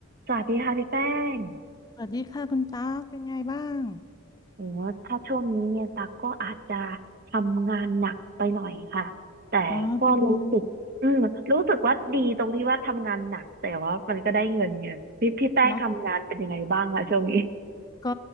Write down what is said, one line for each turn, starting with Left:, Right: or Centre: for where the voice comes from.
Right: สวัสดีค่ะพี่แป้ง
Left: สวัสดีค่ะคุณตากเป็นไงบ้าง
Right: โอ้ถ้าช่วงนี้เนี่ยตักก็อาจจะทำงานหนักไปหน่อยค่ะแต่ก็รู้สึกอืมรู้สึกว่าดีตรงที่ว่าทำงานหนักแต่ว่ามันก็ได้เงินไงพี่พี่แป้งทำงานเป็นยังไงบ้างคะช่วงนี้
Left: อ๋อเป็นไงเนาะก็